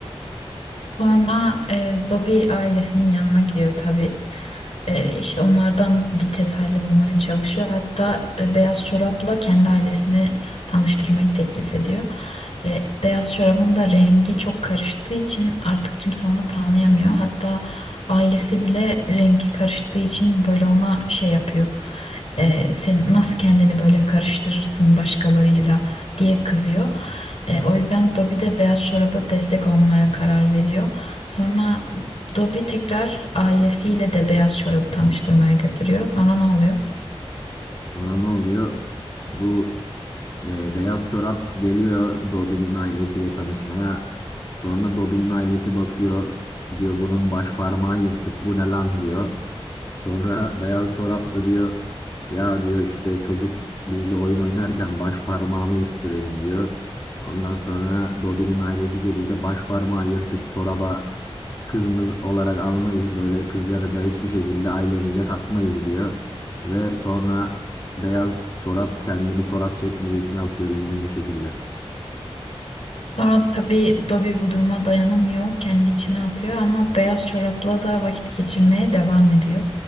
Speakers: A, on the left; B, on the left.
A: Sonra e, Dobby ailesinin yanına gidiyor tabii. E, işte onlardan bir teselli bulmaya çalışıyor. Hatta e, beyaz çorapla kendi ailesini tanıştırmayı teklif ediyor. E, beyaz çorabın da rengi çok karıştığı için artık kimse onu tanıyamıyor. Hatta ailesi bile rengi karıştığı için böyle ona şey yapıyor. E, sen nasıl kendini böyle karıştırırsın başkalarıyla diye kızıyor. E, o yüzden Dobby de beyaz çoraba destek olmaya karar veriyor. Sonra Dobby tekrar ailesiyle de beyaz çorabı tanıştırmaya götürüyor. Sonra ne oluyor?
B: Sonra ne oluyor? Bu e, beyaz çorap geliyor Dobby'nin ailesiyle tanışmaya. Sonra Dobby'nin ailesi bakıyor. Diyor bunun baş parmağı yırtık. Bu ne lan diyor. Sonra beyaz çoraplı diyor ya diyor işte çocuk bizle oyun oynarken baş parmağımı yırttı benim diyor. Ondan sonra Dobby'nin ailesi diyor biz de baş parmağı yırtık çoraba kızımız olarak almayız. Böyle kızları da hiçbir şekilde ailemize katmayız diyor. Ve sonra beyaz çorap kendini çorap çekmecesine atıyor üzgün bir şekilde.
A: Sonra tabii Dobby bu duruma dayanamıyor. Kendi içine atıyor ama beyaz çorapla da vakit geçirmeye devam ediyor.